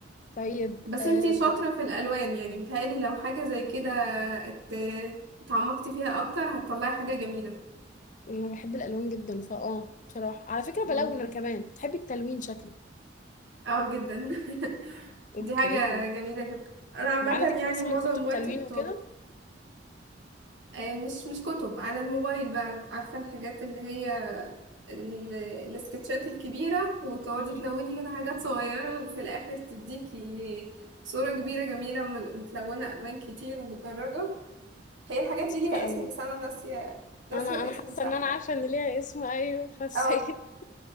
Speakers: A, on the left (about 45°); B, on the right (about 85°).
A: طيب
B: بس
A: آم،
B: انتي شاطرة في الألوان يعني متهيألي لو حاجة زي كده ات- اتعمقتي فيها أكتر هتطلعي حاجة جميلة
A: أنا بحب الألوان جدا فاه بصراحة على فكرة
B: مم.
A: بلون أنا كمان بتحبي التلوين شكلي
B: اه جدا <laughs>
A: أوكي
B: دي حاجة جميلة جدا أنا عامة
A: طب عندك
B: يعني
A: مثلا
B: معظم
A: كتب
B: وقتي
A: تلوين
B: كنت
A: وكده؟
B: آه، مش مش كتب على الموبايل بقى عارفة الحاجات اللي هي ال- السكتشات الكبيرة وتقعدي
A: أمم،
B: تلوني كده حاجات صغيرة وفي الآخر تديكي صورة كبيرة جميلة مل- متلونة ألوان كتير ومتدرجة هي الحاجات
A: لطيفة
B: دي ليها
A: أوي
B: اسم بس أنا ناسية ناسية
A: أنا
B: الاسم
A: أنا حاسة
B: بتاعها
A: إن أنا عارفة
B: يعني.
A: إن ليها اسم أيوه حسيت
B: اه